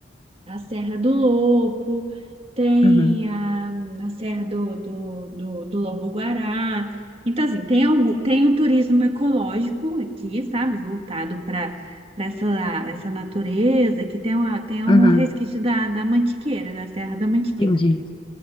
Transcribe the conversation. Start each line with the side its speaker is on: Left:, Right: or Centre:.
Right: A Serra do Lopo, tem
Left: Uhum,
Right: a, a Serra do, do, do, do Lobo-Guará. Então, assim, tem, algum, tem um turismo ecológico aqui, sabe? Voltado para para essa, essa natureza, que tem, uma, tem um
Left: uhum,
Right: resquício da, da Mantiqueira, da Serra da Mantiqueira.
Left: entendi.